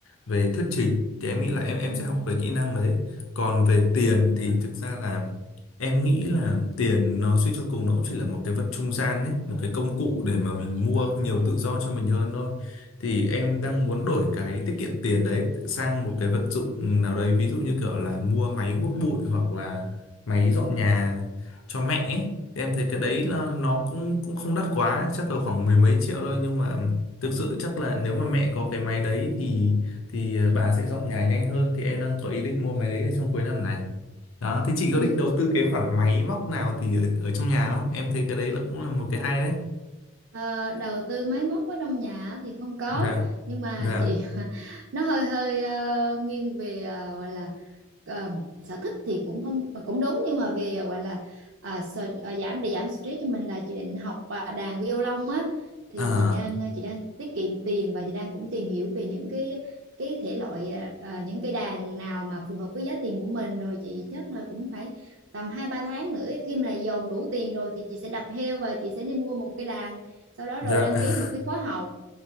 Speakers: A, on the left; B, on the right.
A: về thuyết trình
B: Ừ.
A: thì em nghĩ là em em
B: Ừ.
A: sẽ học về kỹ năng đấy còn về tiền thì thực ra là em nghĩ là tiền nó suy cho cùng nó cũng chỉ là một cái vật trung gian đấy, một cái công cụ để mà mình mua nhiều tự do cho mình hơn thôi thì em đang muốn đổi cái tiết kiệm tiền đấy sang một cái vật dụng nào đấy ví dụ như kiểu là mua máy hút bụi hoặc là máy dọn nhà cho mẹ ấy em thấy cái đấy
B: Ừ.
A: là nó cũng cũng không đắt quá chắc là khoảng mười mấy triệu thôi nhưng mà thực sự chắc là nếu mà mẹ có cái máy đấy thì thì ờ, bà sẽ dọn nhà nhanh hơn thì em đang có ý định mua máy đấy để trong cuối năm này đó thì chị có
B: Ừ.
A: định đầu tư cái khoản máy móc nào thì ở, ở trong nhà không em thấy cái đấy là cũng là một cái hay đấy
B: Ờ, đầu tư máy móc ở trong nhà á thì không có
A: dạ
B: nhưng mà
A: dạ
B: chị <laughs> nó hơi hơi ờ, nghiêng về ờ, gọi là ờ, sở thích thì cũng không mà cũng đúng nhưng mà về ờ, gọi là à, sở, à, giảm để giảm stress cho mình là chị định học à, đàn violon á thì
A: à
B: chị đang ờ, chị đang tiết kiệm tiền và chị đang cũng tìm hiểu về những cái cái thể loại à, à, những cái đàn nào mà phù hợp với giá tiền của mình rồi chị chắc là cũng phải tầm hai ba tháng nữa khi mà dồn đủ tiền rồi thì chị sẽ đập heo và chị sẽ đi mua một cái đàn sau đó
A: dạ
B: rồi đăng
A: <laughs>
B: ký một cái khóa học